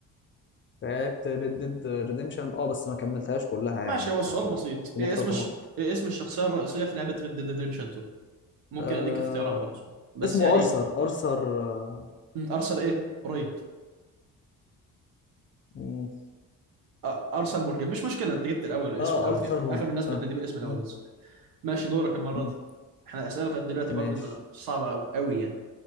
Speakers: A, on the left; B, on the right.
A: لعبت ريد ديد ريديمشن اه بس ما كملتهاش كلها
B: ماشي
A: يعني
B: هو السؤال
A: فكنت
B: بسيط
A: مقتطفة
B: ايه اسم الش... ايه اسم الشخصيه الرئيسيه في لعبه ريد ديد ريدمشن 2 ممكن
A: آه
B: اديك اختيارات برضه بس
A: اسمه
B: يعني
A: ارثر ارثر اه
B: م، ارسل ايه قريب
A: مم.
B: أ- ارسل مورجن مش مشكله انت جبت الاول الاسم
A: آه،
B: الاول
A: ارثر
B: يعني
A: مورجان
B: اغلب الناس بتناديه
A: اه
B: بالاسم الاول
A: مم.
B: بس ماشي دورك المرة
A: مم.
B: دي احنا الأسئلة لغاية دلوقتي
A: ماشي
B: برضو ما- صعبة أوي أوي يعني